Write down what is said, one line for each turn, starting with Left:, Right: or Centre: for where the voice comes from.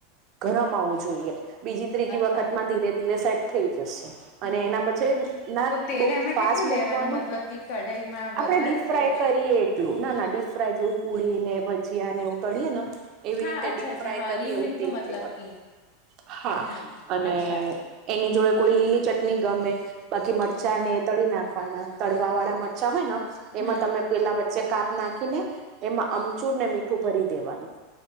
Right: ગરમ આવવું જોઈએ બીજી ત્રીજી
Left: અચ્છા
Right: વખતમાં ધીરે ધીરે સેટ થઈ જ એ સી અને
Left: હમ
Right: એના પછી ના
Left: તો તેલ
Right: બહું
Left: એમાં
Right: ફાસ્ટ
Left: કેટલું
Right: મૂકવાનું
Left: લેવાનું મતલબ કે કઢાઈમાં
Right: આપણેે
Left: વધારે
Right: ડીપ ફ્રાય
Left: કે ઓછું
Right: કરીએ. એટલું ના ના ડીપ ફ્રાય જેવું પુડીને ભજીયા ને એવું તળીયે ને એવી
Left: હા
Right: રીતે
Left: અચ્છા
Right: ડી
Left: અચ્છા
Right: ફ્રાય
Left: હા
Right: કરી
Left: લિમિટ
Right: એવું તેલ
Left: નું મતલબ
Right: લેવાનું
Left: કે
Right: હા.
Left: હમ
Right: અને
Left: અચ્છા
Right: એની જોડે કોઈ લીલી ચટણી ગમે બાકી મરચા
Left: હમ
Right: ને તળી નાખવાના તળવા વાળા મરચા હોય ને
Left: હમ
Right: એમાં તમે પેલા વચ્ચે કાપ નાખીને એમાં અમચૂર ને મીઠું ભરી દેવાનું